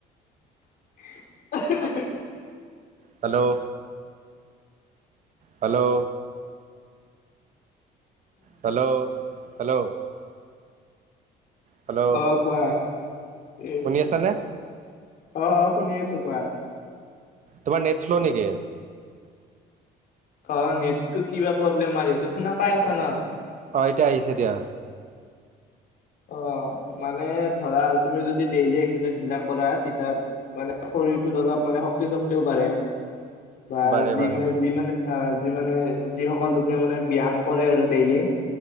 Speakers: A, on the left (about 60°); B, on the right (about 50°).
A: <unintelligible>
B: Hello hello. Hello hello. Hello
A: অ' কোৱা। এ',
B: শুনি আছানে
A: অ' শুনি আছো কোৱা।
B: তোমাৰ নেট শ্ল' নেকি।
A: অ' নেটটো কিবা প্ৰব্লেম মাৰি আছে, শুনা পাই আছা ন।
B: আহ' এতিয়া আহিছে দিয়া।
A: অ' মানে ধৰা আৰু তুমি য ডেইলি এক্সেৰচাইজ বিলাক কৰা মানে শৰীৰটোত অলপ মানে শক্তি ছক্তিও বাঢ়ে বা
B: বাঢ়ে
A: যি
B: বাঢ়ে
A: ম যি মানে অ যি মানে যিসকল লোকে মানে ব্যায়াম কৰে আৰু ডেইলি